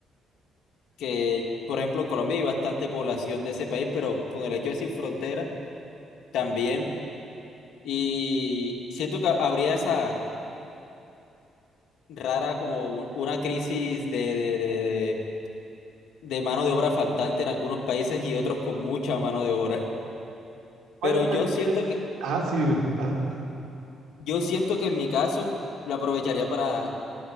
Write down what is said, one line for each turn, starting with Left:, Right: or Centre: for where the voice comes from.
Left: que por ejemplo en Colombia hay bastante población de ese país, pero con el hecho de sin fronteras también. Y siento que habría esa rara como un- una crisis de, de, de, de, de mano de obra faltante en algunos países y otros con mucha mano de obra.
Right: ¿Cuál
Left: Pero
Right: país
Left: yo siento
Right: crees?
Left: que,
Right: Ah, sí, dime. Ah,
Left: yo siento que en mi caso lo aprovecharía para,